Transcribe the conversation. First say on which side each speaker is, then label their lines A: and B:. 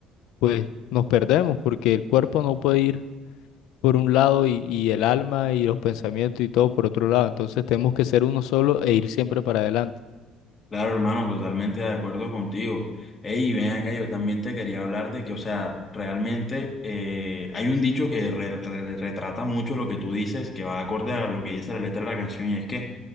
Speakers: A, on the left; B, on the left.
A: pues nos perdemos, porque el cuerpo no puede ir por un lado y, y el alma y los pensamientos y todo por otro lado. Entonces tenemos que ser uno solo e ir siempre para adelante.
B: Claro, hermano, totalmente de acuerdo contigo. Ey, ven acá, yo también te quería hablar de que, o sea, realmente eh, hay un dicho que re- re- retrata mucho lo que tú dices, que va acorde a lo que dice la letra de la canción, y es que,